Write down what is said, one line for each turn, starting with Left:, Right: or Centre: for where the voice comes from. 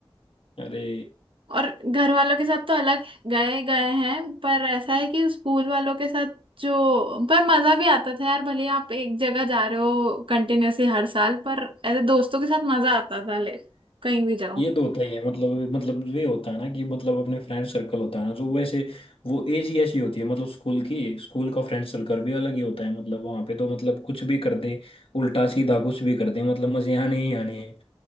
Left: अरे
Right: और घर वालों के साथ तो अलग गए गए हैं पर ऐसा है कि स्कूल वालों के साथ जो पर मजा भी आता था यार भले आप एक जगह जा रहे हो कंटिन्यूअसली हर साल पर ऐसे दोस्तों के साथ मजा आता था ले कहीं भी जाओ
Left: ये तो होता ही है मतलब मतलब ये होता है ना कि मतलब अपने फ्रेंड सर्कल होता है ना जो वैसे वो एज ही ऐसी होती है मतलब स्कूल की स्कूल का फ्रेंड सर्कल भी अलग ही होता है मतलब वहाँ पे तो मतलब कुछ भी कर दे उल्टा सीधा कुछ भी कर दे मतलब मजे आने ही आने हैं